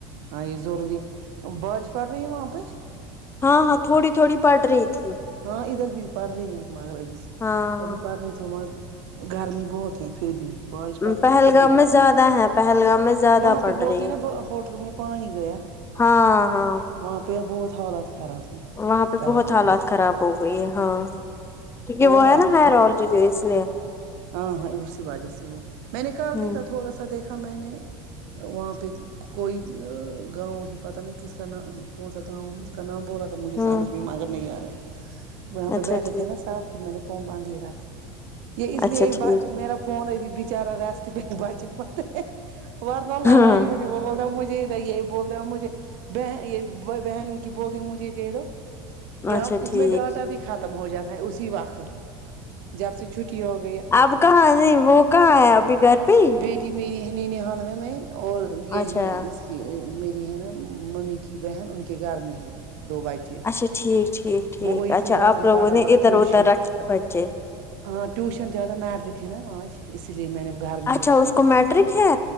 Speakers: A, on the right; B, on the left.
A: ہاں یہ ضروری بارش پڑ رہی ہے وہاں پہ
B: ہاں ہاں تھوڑی تھوڑی پڑ رہی تھی
A: ہاں ادھر بھی پڑھ رہی ہیں مگر ابھی
B: ہاں
A: ابھی پڑھ رہی تو م گرمی بہت ہے پھر بھی بارش پڑ رہی
B: پہلگام
A: نا پھر بھی گھر
B: زیادہ
A: میں
B: ہے پہلگام میں زیادہ
A: وہاں
B: پڑ
A: پہ بولتے
B: رہی
A: ہیں
B: ہے
A: نا ہوٹلوں میں پانی گیا
B: ہاں ہاں
A: وہاں پہ بہت حالات خراب ہے
B: وہاں پہ
A: پہلگام
B: بہت حالات
A: میں
B: خراب ہو گئی ہے ہاں کیونکہ
A: اور
B: وہ ہے نا
A: آپ
B: ہے رول جو جو اس لیے
A: ہاں ہاں اسی وجہ سے ہو میں نے کال
B: ہوں
A: دیکھا تھوڑا سا دیکھا میں نے وہاں پہ کوئی گاؤں ہے پتہ نہیں کس کا ن کون سا گاؤں ہے کاناام بولا تھا مجھے
B: ہوں
A: سمجھ میں مگر نہیں آیا وہاں پہ
B: اچھا
A: بیٹھے
B: ٹھیک
A: تھے نا صاحب پھر میں نے فون باندھ ہی رکھا یہ اس لیے
B: اچھا ٹھیک
A: میرا فون ا بھی بچارا ریسٹ پہ بچے م بار نہ لارا
B: ہاں
A: ہی ہو ج وہ مجھے اھر یہی بول رہے ہو مجھے ب بہن کی بول رہ مجھے دے دو <inaudible> اس
B: اچھا ٹھیک
A: میں ڈاٹا بھی ختم ہو جاتا ہے اسی واقت جب سے چھٹی ہوگی
B: اب کہاں نہیں وہ کہاں ہے ابھی گھر پہ ہی
A: بیٹی میری ہے نین حال ہے میں اور یہ
B: اچھا
A: ہے اس <inaudible> کہ میری ہے نا ممی کی بہن ان کے گھر میں ہے دو بچے <inaudible>
B: <inaudible>
A: وہ وہی سے جاتا ہے باڑا والا ٹیوشن ہاں ٹیوشن زیادہ میٹ دکھے نا آج اسی لیے میں نے گھر میں
B: اچھا
A: ہی رکھا اس
B: میٹرک
A: کو
B: ہے